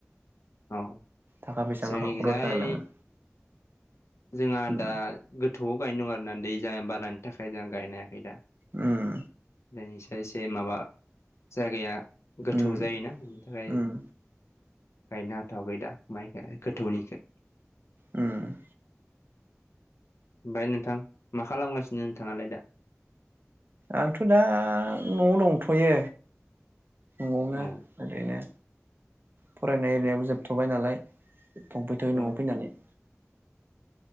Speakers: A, on the left (about 65°); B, on the right (about 45°).
A: औ
B: थाखा फैसाखौ
A: जोंनिजाय
B: नखराव जालायलाङो।
A: जोंहा
B: उम
A: दा गोथौआव गायनो दं आरोना दै ज बानायानि थाखाय जों गायनाय हाखै दा
B: उम।
A: बेनिसाय एसे माबा जायगाया गोथौ
B: उम
A: जायोना बेनि थाखाय
B: उम
A: गायनो हाथ'वाखै दा माइखो गोथौनिखो।
B: उम।
A: ओमफाय नोंथां मा खालामगासिनो नोंथाङालाय दा?
B: आंथ दा नआव दंथयो न'आवनो।
A: औ
B: ओरैनो फरायनाय एरियाबो जोबथ'बाय नालाय थंफैथयो न'आव
A: औ
B: फैनानै।